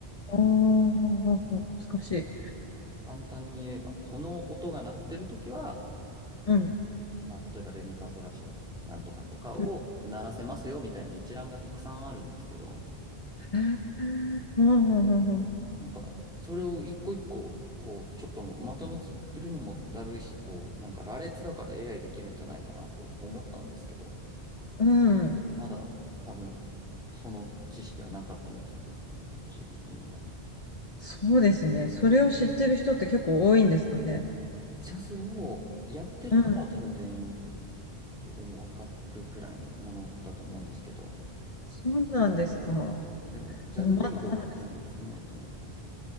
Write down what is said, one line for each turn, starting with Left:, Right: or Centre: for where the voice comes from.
Left: おー、難しい。
Centre: 簡単に言えば、この音が鳴ってるときは、
Left: うん。
Centre: まあ、例えばレミファソラシなんとかとかを鳴らせますよみたいな一覧がたくさんあるんですけど、
Left: うん。うんうんうん
Centre: なんか、それを一個一個、こう、ちょっとまとめてるのもだるいし、こう、なんか羅列だから AI できるんじゃないかなと思ったんですけど、
Left: うんうん
Centre: まだ多分、その知識はなかったみたいで、チャット GPT には。
Left: そうですね。それを知ってる人って結構多いんですかね。
Centre: ジャズをやってる方は多分全員
Left: うん。
Centre: もう分かるくらいのものだと思うんですけど、
Left: そうなんですか。あ
Centre: でも、ジャズ人口はかなり少ないと思いますけど。
Left: まだまだです。